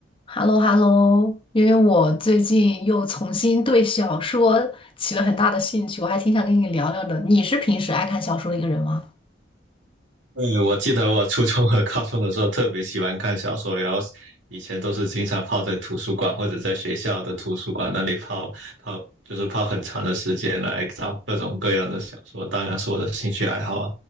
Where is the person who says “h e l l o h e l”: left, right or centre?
Left